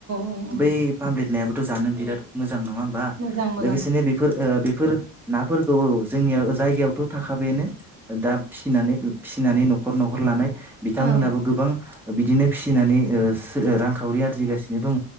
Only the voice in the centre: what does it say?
बै फामपलेट नायाबो जानो बिराद मोजां नङा होमबा
लोगोसेनो बेफोर ओ बेफोर नाफोरखौ औ जोंनियाव जायगायावथ' थाखाबायानो दा फिसिनानै फिसिनानै न'खर न'खर न'खर लानाय बिथांमोनाबो
गोबां बिदिनो फिसिनानै ओ सो ओ रांखावरि आरजिगासिनो दङ